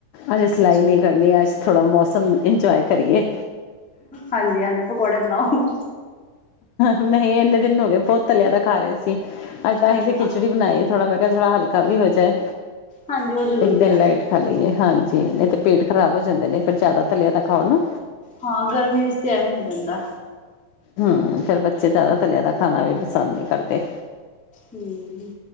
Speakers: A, on the left; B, in the centre.
A: ਅਜੇ ਸਿਲਾਈ
B: ਅੱਛਾ
A: ਨਹੀਂ ਕਰ ਕਰਨੀ ਅੱਜ ਥੋਂੜ੍ਹਾ ਮੌਸਮ ਇੰਜੋਏ ਕਰੀਏ
B: ਹਾਂਜੀ ਹਾਂਜੀ ਪਕੌੜੇ ਬਣਾਓ
A: ਨਹੀਂ ਇੰਨੇ ਦਿਨ ਹੋ ਗਏ ਬਹੁਤ ਤਲਿਆ ਤਾਂ ਖਾ ਰਹੇ ਸੀ ਅੱਜ ਤਾਂ
B: ਅੱਛਾ
A: ਅਸੀਂ ਤੇ ਖਿਚੜੀ ਬਣਾਈ ਥੋੜਾ ਮੈਂ ਕਿਹਾ ਥੋੜਾ ਹਲਕਾ ਵੀ ਹੋ ਜਾਏ
B: ਹਾਂਜੀ ਉਹ ਜ਼ਰੂਰੀ
A: ਇੱਕ ਦਿਨ
B: ਆ
A: ਲਾਈਟ ਖ ਲਈਏ ਹਾਂਜੀ ਨਹੀਂ ਤਾਂ ਪੇਟ ਖ਼ਰਾਬ ਹੋ ਜਾਂਦੇ ਨੇ ਫਿਰ ਜ਼ਿਆਦਾ ਲਿਆ ਤਾਂ ਖਾਓ ਨਾ
B: ਹਾਂ ਗਰਮੀ ਵਿੱਚ ਤੇ ਐਵੇਂ ਹੋ ਜਾਂਦਾ
A: ਹਮ ਫੇਿਰ ਬੱਚੇ ਜ਼ਿਆਦਾ ਥੱਲਿਆਂ ਦਾ ਖਾਣਾ ਵੀ ਪਸੰਦ ਨਹੀਂੀ ਕਰਦੇ
B: ਹਮ